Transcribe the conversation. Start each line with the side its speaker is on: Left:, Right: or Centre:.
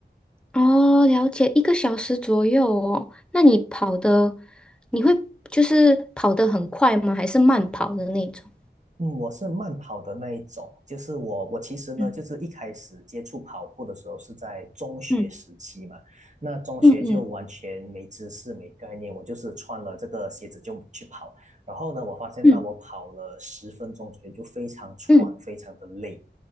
Centre: 哦，了解，一个小时左右哦。那你跑的，你会就是跑得很快吗？还是慢跑的那种？
Right: 嗯，我是慢跑的那一种，就是我，我其实呢，
Centre: 嗯
Right: 就是一开始接触跑步的时候是在中学时期嘛，
Centre: 嗯
Right: 那中学就完全没知识、
Centre: 嗯嗯
Right: 没概念，我就是穿了这个鞋子就去跑，然后呢，我发现到我跑了十分钟左右就非常喘，
Centre: 嗯嗯
Right: 非常的累，